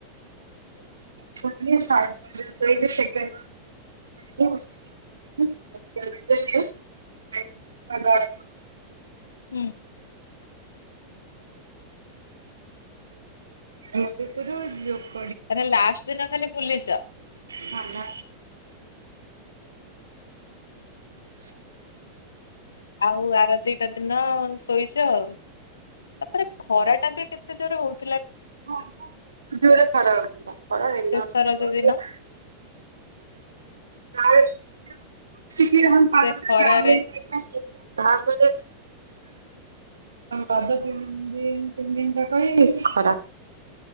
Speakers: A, on the right; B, on the left.
A: ସେକଣ୍ଡ <unintelligible>
B: ହୁଁ
A: <unintelligible>
B: ତାହନେ ଲାଷ୍ଟ ଦିନ ଖାଲି ବୁଲିଛ
A: ଥାନା। <inaudible>
B: ଆଉ ଆର ଦିଟା ଦିନ ଶୋଇଛ ଆଉ ତାପରେ ଖରା ଟା ବି କେତେ ଜୋର ହଉଛି
A: ହ ଜୋରେ ଖରା ହେଉଥିଲା ଖରା ହେଲାବତେ
B: ଶେଷ ରଜ
A: ହୋଉଥିଲା
B: ଦିନ
A: <unintelligible> ସେଥିି ଲହମ ପାରେ
B: ସେ ଖରାରେ
A: ଗହୁ ଅ ତା ପରେ ରଜ ତିନି ଦିନ ତିନି ଦିନଟାକ ଏଇ ଖରା